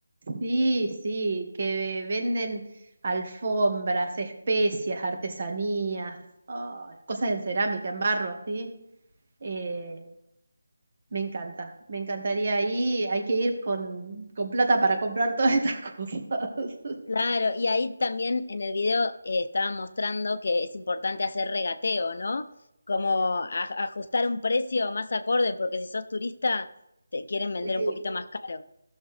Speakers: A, on the right (about 50°); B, on the left (about 55°).
A: sí, sí, que venden alfombras, especias, artesanías, ay, cosas en cerámica, en barro, así. Eh, Me encanta, me encantaría ir, hay que ir con, con plata para comprar todas estas cosas. <laughs>
B: Claro, y ahí también en el video eh, estaban mostrando que es importante hacer regateo, ¿no? Como a- ajustar un precio más acorde, porque si sos turista te quieren vender
A: Sí,
B: un poquito más caro.